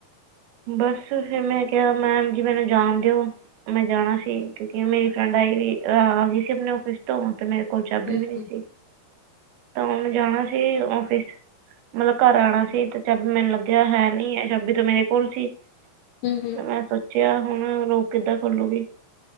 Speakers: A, on the right; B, on the left.
A: ਬਸ ਫਿਰ ਮੈਂ ਕਿਆ ਮੈਮ ਜੀ ਮੈਨੂੰ ਜਾਣ ਦਿਓ। ਮੈਂ ਜਾਣਾ ਸੀ ਕਿਉਂਕਿ ਮੇਰੀ ਫਰੈਂਡ ਆਈ ਵੀ ਅਹ ਆ ਗਈ ਸੀ। ਆਪਣੇ ਔਫਿਸ ਤੋਂ ਤੇ ਮੇਰੇ ਕੋਲ ਚਾਬੀ
B: ਹੂੰ
A: ਵੀ
B: ਹੂੰ
A: ਨਈ ਸੀ ਤਾਂ ਉਹਨੂੰ ਜਾਣਾ ਸੀ ਔਫਿਸ ਮਤਲਬ ਘਰ ਆਣਾ ਸੀ ਤੇ ਚਾਬ ਮੈਨੂੰ ਲੱਗਿਆ ਹੈ ਨ ਚਾਬੀ ਤੇ ਮੇਰੇ ਕੋਲ ਸੀ।
B: ਹੂੰ ਹੂੰ
A: ਤੇ ਮੈਂ ਸੋਚਿਆ ਹੁਣ ਲੋਕ ਕਿੱਦਾਂ ਖੋਲੂਗੀ